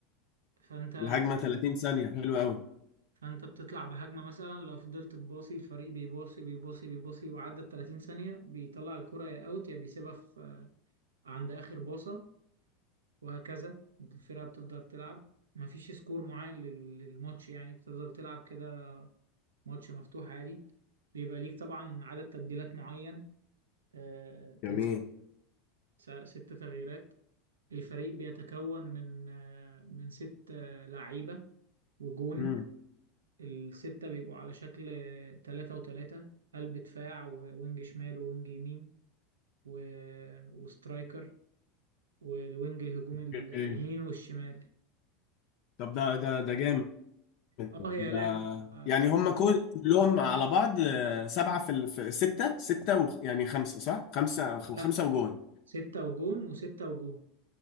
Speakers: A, on the right (about 80°); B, on the left (about 55°).
A: فانت
B: الهجمه 30 ثانيه حلوه قوي
A: فانت بتطلع بهجمة مثلا لو فضلت تباصي الفريق بيباصي بيباصي بيباصي وعدت 30 ثانية بيطلع الكرة يا اوت يا بيسيبها في عند اخر باصة وهكذا الفرقة بتفضل تلعب مفيش سكور معين لل- للماتش يعني بتفضل تلعب كده ماتش مفتوح عادي بيبقى ليك طبعا عدد تبديلات معين آه،
B: جميل
A: كان س- ست تغييرات الفريق بيتكون من آه، من ست آه، لعيبة وجون
B: امم
A: الستة بيبقوا على شكل تلاتة وتلاتة قلب دفاع ووينج شمال ووينج يمين و... وسترايكر والوينج الهجوم
B: اوكي
A: اليمين والشمال
B: طب ده ده ده جامد
A: اه
B: ده
A: هي لعبة آه،
B: يعني
A: جميلة
B: هم كل- كلهم على بعض آه، سبعة في ال- في ستة ستة و... يعني خمسة صح؟ خمسة خمسة
A: لا
B: وجون
A: ستة وجون وستة وجون